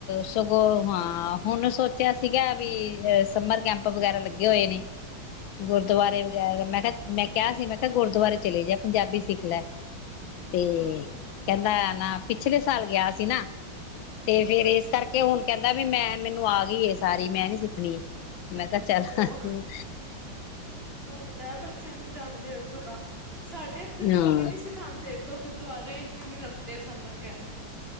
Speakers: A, on the left (about 80°); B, on the right (about 30°).
A: ਸਗੋਂ ਹਾਂ। ਹੁਣ ਸੋਚਿਆ ਸੀਗਾ ਵੀ ਸਮਰ ਕੈਂਪ ਵਗੈਰਾ ਲੱਗੇ ਹੋਏ ਨੇ। ਗੁਰਦੁਆਰੇ
B: ਹਾਂ
A: ਵਗੈਰਾ ਮੈਂ ਕਿਹਾ ਮੈਂ ਕਿਹਾ ਸੀ ਮੈਂ ਕਿਹਾ ਗੁਰਦੁਆਰੇ ਚਲੇ ਜਾ ਪੰਜਾਬੀ ਸਿੱਖ ਲੈ ਤੇ
B: ਹਾਂ
A: ਕਹਿੰਦਾ ਨਾ ਪਿਛਲੇ ਸਾਲ ਗਿਆ ਸੀ ਨਾ। ਤੇ ਫੇਰ ਇਸ
B: ਅੱਛਾ
A: ਕਰਕੇ ਹੁਣ ਕਹਿੰਦੇ ਕਹਿੰਦਾ ਵੀ ਮੈਂ ਮੈਨੂੰ ਆ ਗਈ ਹੈ ਸਾਰੀ ਮੈਂ ਨੀ ਸਿੱਖਣੀ ਮੈਂ ਚੱਲ
B: ਉਹ
A: ਹੂੰ
B: ਹੁੰਦਾ ਹੈ ਬੱਚਿਆਂ ਨੂੰ ਜਾਣਦੇ ਹੋ ਥੋੜਾ ਸਾਡੇ ਇੱਥੇ
A: ਹਾਂ
B: ਤੇ ਕੋਈ ਨੀਂ ਸਿਖਾਂਦੇ ਗੁਰਦੁਆਰੇ ਵਿੱਚ ਵੀ ਨੀ ਲੱਗਦੇ ਸਮਰ ਕੈਂਪ